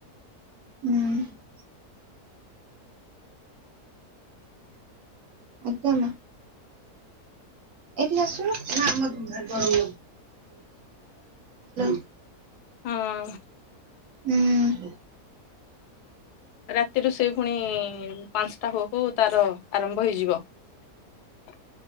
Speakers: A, on the right; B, on the left.
A: ହୁଁ ଆଜ୍ଞା ମା ଏଠି ଆସୁନ ହାଲୋ <unintelligible>
B: ହଁ ।
A: ହୁଁ ।
B: ରାତିରୁୁ ସେ ପୁଣି ପାଞ୍ଚ ତା ହଉ ହଉ ତାର ଆରମ୍ଭ ହେଇଯିବ ।